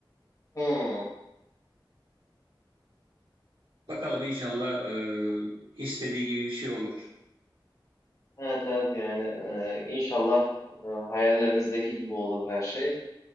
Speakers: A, on the left (about 40°); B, on the right (about 80°).
A: Hmm.
B: Bakalım inşallah e, istediği gibi bir şey olur.
A: Evet evet yani e, inşallah e, hayallerinizdeki gibi olur her şey.